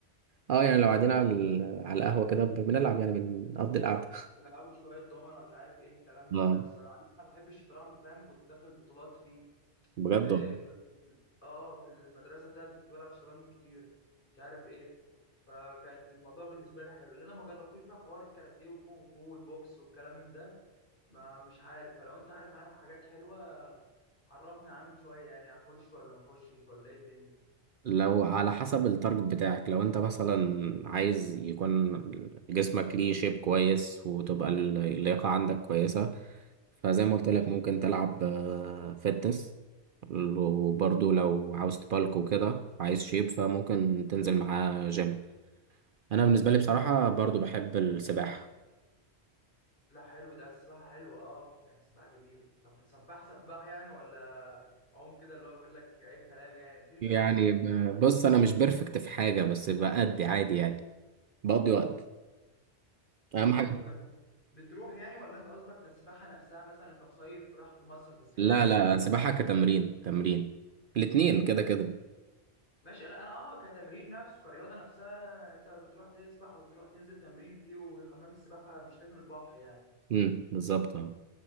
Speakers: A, on the right; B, on the left.
A: اه يعني لو قاعدين على ال- على القهوة كده ب- بنلعب يعني بنقضي القعدة <laughs>
B: بيلعبوا شويه دومنه مش عارف ايه الكلام من
A: اه
B: ده الصراحه انا بحب الشطرنج فاهم كنت داخل بطولات فيه
A: بجد
B: كنت في
A: والله
B: اه في المدرسه بتاعتي كنت بلعب شطرنج كتير مش عارف ايه فكانت الموضوع بالنسبه لي حلو اللي انا ما جربتوش بقى حوار الكاراتيه والكونغ فو والبوكس والكلام من ده ما مش عارف فلو انت عارف عنهم حاجات حلوه عرفنا عنهم شويه يعني اخش ولا ما اخشش ولا ايه الدنيا
A: لو على حسب التارجت بتاعك لو انت مثلا عايز يكون جسمك ليه شيب كويس وتبقى ال- اللياقة عندك كويسة فزي ما قلت لك ممكن تلعب فتنس وبرضو لو عاوز تبالك وكده عايز شيب فممكن تنزل معاه جيم انا بالنسبه لي بصراحه برضو بحب السباحه
B: لا حلو ده السباحه حلوه اه يعني السباحه جميله طب سباح سباح يعني ولا عوم كده اللي هو بيقول لك اي كلام يعني بتنزل
A: يعني
B: اصلا
A: ب-
B: وبتروح
A: بص انا مش بيرفكت في حاجه بس بأدي عادي يعني بقضي وقت
B: بتقضي
A: اهم حاجه
B: بس بتروح يعني ولا انت قصدك كسباحه نفسها مثلا انت مصيف راح في مصر بس يعني
A: لا
B: مثلا
A: لا
B: ممكن
A: سباحه كتمرين تمرين الاتنين كده كده
B: ماشي لا انا اه كتمرين نفسه كرياضه نفسها انت بتروح تسبح وتروح تنزل تمرين فيه وحمام السباحه مش لازم البحر يعني
A: امم بالظبط آه.